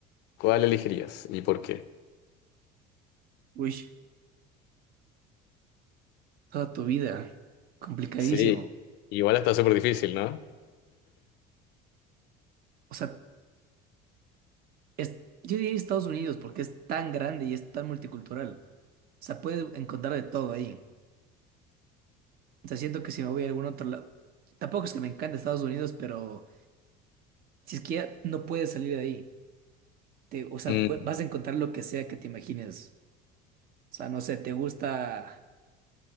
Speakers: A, on the left (about 65°); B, on the right (about 55°).
A: ¿cuál elegirías y por qué?
B: Uy, toda tu vida, complicadísimo.
A: Sí, igual está súper difícil, ¿no?
B: O sea, es, yo diría Estados Unidos porque es tan grande y es tan multicultural. O sea, puedes encontrar de todo ahí. O sea, siento que si me voy a algún otro lado, tampoco es que me encante Estados Unidos, pero si es que ya no puedes salir de ahí. te- o sea,
A: Mm,
B: pu- vas a encontrar lo que sea que te imagines. O sea, no sé, te gusta